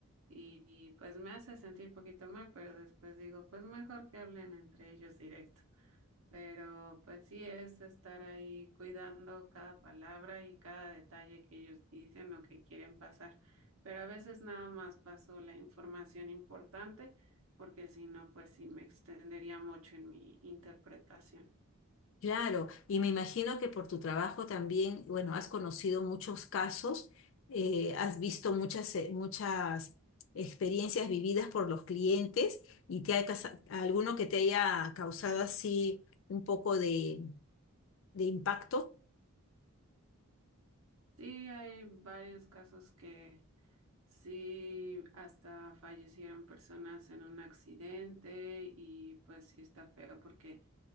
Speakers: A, on the right; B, on the left.
A: Y, y pues me hace sentir poquito mal, pero después digo, pues mejor que hablen entre ellos directo. Pero pues sí es estar ahí cuidando cada palabra y cada detalle que ellos dicen o que quieren pasar. Pero a veces nada más paso la información importante, porque si no, pues sí me extendería mucho en mi interpretación.
B: Claro, y me imagino que por tu trabajo también, bueno, has conocido muchos casos, eh, has visto muchas, eh, muchas experiencias vividas por los clientes y te ha, casa- alguno que te haya causado así un poco de, de impacto.
A: Sí, hay varios casos que sí hasta fallecieron personas en un accidente y pues sí está feo porque